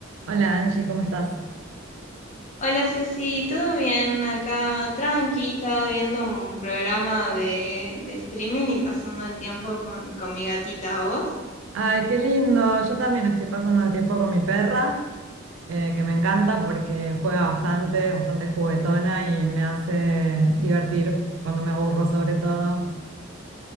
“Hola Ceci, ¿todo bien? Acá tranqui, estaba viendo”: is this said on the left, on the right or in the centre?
Left